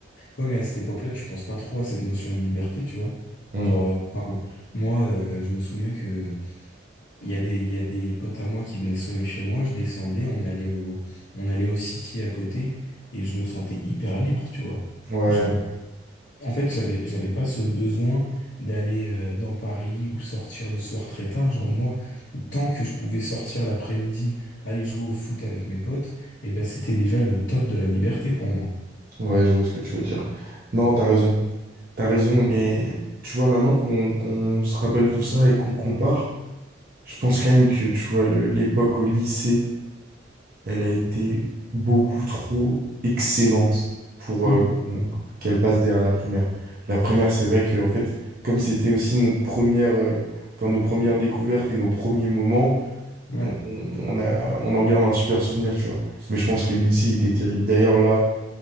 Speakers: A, on the left; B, on the right.
A: ouais, mais à cette époque-là, tu penses pas trop à cette notion de liberté, tu vois.
B: Hmm.
A: Genre, euh, enfin, moi, euh, je me souviens que Il y a des, il y a des potes à moi qui venaient sonner chez moi, je descendais, on allait au, on allait au City à côté, et je me sentais hyper libre, tu vois.
B: Ouais.
A: Genre, en fait, j'avais, j'avais pas ce besoin d'aller euh, dans Paris ou sortir le soir très tard. Genre, moi, tant que je pouvais sortir l'après-midi, aller jouer au foot avec mes potes, et ben, c'était déjà le top de la liberté pour moi.
B: Ouais, je vois ce que tu veux dire. Non, t'as raison. T'as raison, mais tu vois, maintenant qu'on qu'on se rappelle tout ça et qu'on compare, je pense quand même que, tu vois, le- l'époque au lycée, elle a été beaucoup trop excellente pour
A: Hmm,
B: euh, qu'on- qu'elle passe derrière la primaire. La primaire, c'est vrai que, en fait, comme c'était aussi notre première, euh, enfin, nos premières découvertes et nos premiers moments,
A: ouais.
B: on, on a, on en garde un super souvenir, tu vois. Mais je pense que le lycée était terrible. D'ailleurs, là,